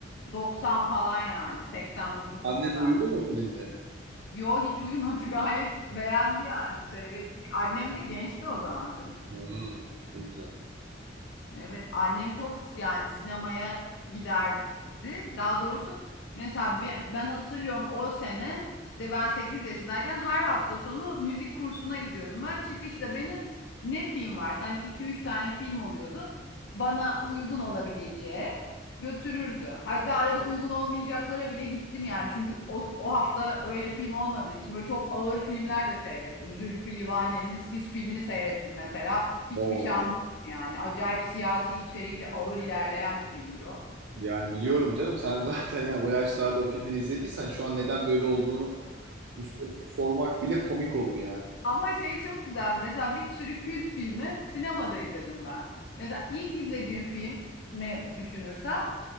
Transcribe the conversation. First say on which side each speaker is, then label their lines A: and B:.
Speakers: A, on the left; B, on the right.
A: 90 falan yani 89-90.
B: Annen uyudu mu filmde?
A: Yo hiç uyumadı <laughs> gayet beğendi yani seyrettik. Annem de gençti o zaman canım.
B: Hmm, ne güzel.
A: Evet annem çok s- yani sinemaya giderdi. Daha doğrusu mesela bi- ben hatırlıyorum o sene işte ben 8 yaşındayken her hafta sonu müzik kursuna gidiyordum. Ben çıkışta beni ne film varsa hani iki üç tane film oluyordu. Bana uygun olabileceği götürürdü. Hatta arada uygun olmayacaklara bile gittim yani. Çünkü o, o hafta öyle film olmadığı için böyle çok ağır filmler de seyrettim. Zülfü Livaneli'nin Sis filmini seyrettim mesela. Hiçbir
B: Oo,
A: şey yani acayip siyasi içerikli ağır ilerleyen bir filmdir o.
B: yani biliyorum canım sen zaten yani o yaşlarda o filmleri izlediysen şu an neden böyle olduğunu Bu sorusu sormak bile komik olur yani.
A: Ama şey çok güzel. Mesela bir sürü kült filmi sinemada izledim ben. Mesela ilk izlediğim film mi düşünürsem